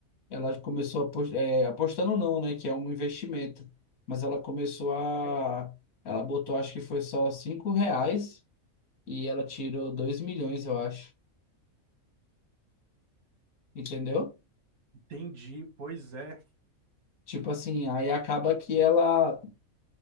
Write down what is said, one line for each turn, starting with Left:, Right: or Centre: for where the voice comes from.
Left: ela começou a pos- é, apostando não, né? Que é um investimento. Mas ela começou a.
Right: né?
Left: Ela botou, acho que foi só cinco reais e ela tirou 2 milhões, eu acho. Entendeu?
Right: Entendi, pois é.
Left: Tipo assim, aí acaba que ela